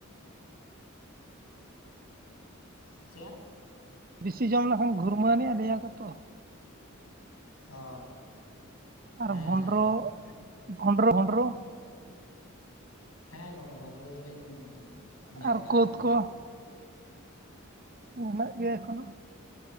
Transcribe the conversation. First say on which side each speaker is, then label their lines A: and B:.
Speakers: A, on the left; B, on the right.
A: ᱪᱮᱫ?
B: ᱵᱤᱥᱤ ᱡᱚᱢ ᱞᱮᱠᱷᱟᱱ ᱜᱷᱩᱨᱢᱟᱹᱱᱤᱜᱼᱟ ᱞᱟᱹᱭᱟ ᱠᱚᱛᱚ᱾
A: ᱚ
B: ᱟᱨ
A: ᱦᱮᱸ
B: ᱵᱷᱳᱸᱰᱨᱳᱜ,
A: ᱦᱮᱸ
B: ᱵᱷᱳᱰᱨᱳ-ᱵᱷᱳᱰᱨᱳ᱾
A: ᱦᱮᱸ ᱜᱚᱝᱜᱚ, ᱵᱳᱸᱰᱨᱳ ᱫᱚᱞᱤᱧ ᱧᱮᱞ
B: ᱟᱨ
A: ᱟᱠᱟᱜᱼᱟ
B: ᱠᱩᱳᱫᱽ
A: ᱟᱨᱠᱤ
B: ᱠᱚ? ᱩᱱᱟᱹᱜ ᱜᱮ ᱮᱠᱷᱚᱱᱚ᱾